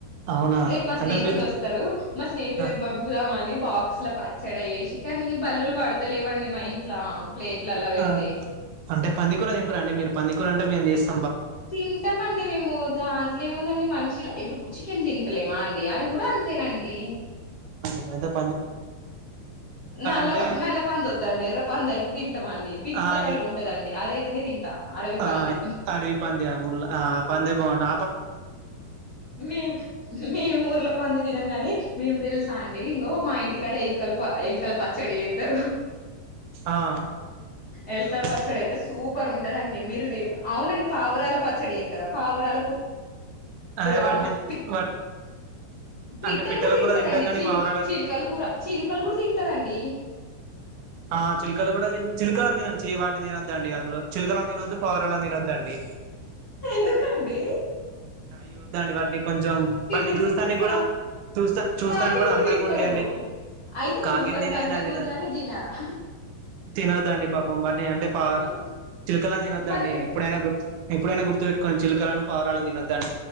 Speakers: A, on the right; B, on the left.
A: అవునా
B: రేపు మా
A: అంటే
B: స్నేహితులు
A: మీరు
B: వస్తారు మా స్నేహితులకు
A: ఆ
B: పంపుదామని కా బాక్స్ల పచ్చడి వేసి కానీ బల్లులు పడతలేవండి మా ఇంట్లో ప్లేట్లు అల్ల పెడితే.
A: ఆ అంటే పందికర తంటాండి మీరు పందికరంటే మేం చేస్త
B: తింటాంమండి మేము దా. ఇ ఏముందండి మనుషులు ఇప్పుడు చికెన్ జింతలేమ్ అండి ండి అది కూడా అంతేనండి
A: అద
B: నల్ల
A: అంటే
B: నల్ల పంద వద్దండి ఎర్ర పంద అయితే తింటాంండి పింక్
A: ఆ
B: కలర్
A: ఎ
B: లో ఉంటదండి అదయితేనే తింటా అడవి
A: ఆ
B: పంది
A: అరివి పంత ముల్ పంత భవన్
B: మే మేము ఊర్లో పంది తినం గాని మేము తెలుసు చ అండి ఇంకో మా ఇంటికాడ ఎలుకలు ఎలుకల పచ్చడి వేస్తారు
A: ఆ
B: ఎలకాయ
A: అవునండి
B: పచ్చడి అయితే సూపర్ ఉంటా ఉంటదండి మీరు అవునండి పావరాల పచ్చడి వేతారా పావురాల
A: అదే
B: కూర
A: వాటిని
B: పి
A: వాట్
B: పిట్టలు
A: అంటే పిట్టల
B: కూడా తింటారండి
A: కూర తింటాం గాని
B: చీలిక
A: పావురాల
B: చీలికలు కూర చీలికలు కూడా తింటారండి
A: ఆ చిల్కలు కూడా చిల్క అందింత వాటి తినొద్దండి అసలు చిలుకల తినద్ పౌరాలలా తినద్దు తండి
B: ఎందుకా అండి
A: అయి వద్ద అండి వాటిని కొంచెం వాటిని
B: కూడా
A: చూస్తా
B: తి కా
A: కూడా చూస్తా చూస్తానికి
B: కాకిని
A: కూడా అందంగా
B: తింటారు
A: ఉంటాయంండి
B: అయితే
A: కాకి
B: చూస్తానికి
A: తినేది
B: అందంగా
A: నా తె
B: ఉంటాయని తినరా
A: తినొద్ద అండి పాప పంబటి అంటే పా
B: మరి
A: చిలకలను తినొద్దదుండి
B: మరి
A: ఎప్పుడైనా గుర్ ఎప్పుడైనా గుర్తుపెట్టుకొని చిలుకలను పావరాలు తినొద్దు ం